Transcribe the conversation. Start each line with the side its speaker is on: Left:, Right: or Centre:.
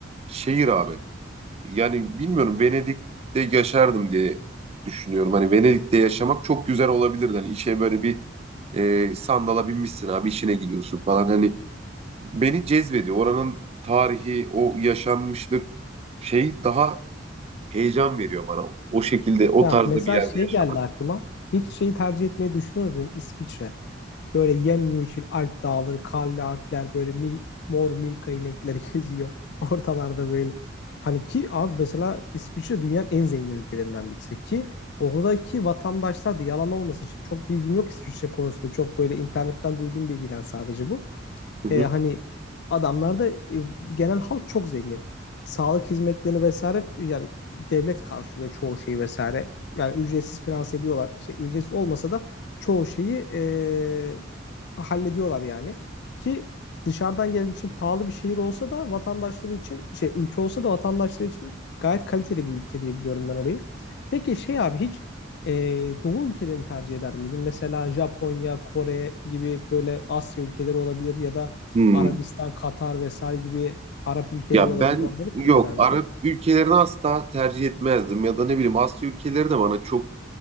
Right: şehir abi yani bilmiyorum Venedik'te yaşardım diye düşünüyorum. Hani Venedik'te yaşamak çok güzel olabilirdi. Hani işe böyle bir e, sandala binmişsin abi işine gidiyorsun falan. Hani beni cezbediyor. Oranın tarihi, o yaşanmışlık şey daha heyecan veriyor bana. O şekilde, o
Left: Ya
Right: tarzda
Left: mesela
Right: bir yerde
Left: şey
Right: yaşamak.
Left: geldi aklıma. Hiç şeyi tercih etmeyi düşünür müydün? İsviçre. Böyle yemyeşil Alp dağları, karlı Alpler böyle mil, mor Milka inekleri <laughs> geziyor ortalarda böyle. Hani ki abi mesela İsviçre dünyanın en zengin ülkelerinden birisi ki oradaki vatandaşlar da yalan olmasın şimdi çok bilgim yok İsviçre konusunda çok böyle internetten duyduğum bilgiler sadece bu.
Right: Hı hı.
Left: E, hani adamlarda e, genel halk çok zengin. Sağlık hizmetlerini vesaire yani devlet karşılıyor çoğu şeyi vesaire. Yani ücretsiz finanse ediyorlar. Şey, ücretsiz olmasa da çoğu şeyi e, hallediyorlar yani. Ki dışarıdan gelen için pahalı bir şehir olsa da vatandaşları için şey ülke olsa da vatandaşları için gayet kaliteli bir ülke diye biliyorum ben orayı. Peki şey abi hiç e, doğu ülkelerini tercih eder miydin? Mesela Japonya, Kore gibi böyle Asya ülkeleri olabilir ya da
Right: Hmm.
Left: Arabistan, Katar vesaire gibi Arap ülkeleri
Right: Ya
Left: olabilir.
Right: ben
Left: Onları
Right: yok
Left: tercih eder miydin?
Right: Arap ülkelerini asla tercih etmezdim ya da ne bileyim Asya ülkeleri de bana çok